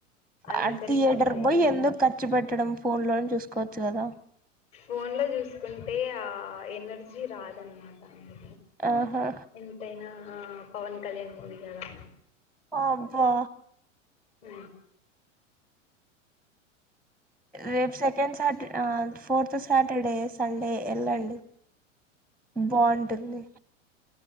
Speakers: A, on the left; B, in the centre.
A: అందుకని
B: ఆ థియేటర్కి
A: గమ్మన అయిపోయింది
B: పోయి ఎందుకు ఖర్చు పెట్టడం ఫోన్ లోనే చూసుకోవచ్చు కదా
A: ఫోన్ లో చూసుకుంటే ఆ ఎనర్జీ రాదన్నమాట అందు
B: ఆహా
A: ఎంతైనా ఆ పవన్ కళ్యాణ్ మూవీ కదా
B: అబ్బా
A: ఉ
B: రెప్ సెకండ్స్ తాట్ ఆ ఫోర్త్ సాటర్డే సండే ఏళ్ళండి బాగుంటుంది